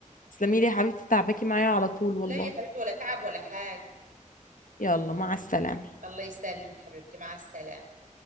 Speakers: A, on the left; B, on the right.
A: تسلمي لي يا حبيبتي تعبكي معايا على طول والله
B: لا يا حبيبتي ولا تعب ولا حاجه
A: يلا مع السلامة
B: الله يسلمك حبيبتي مع السلامه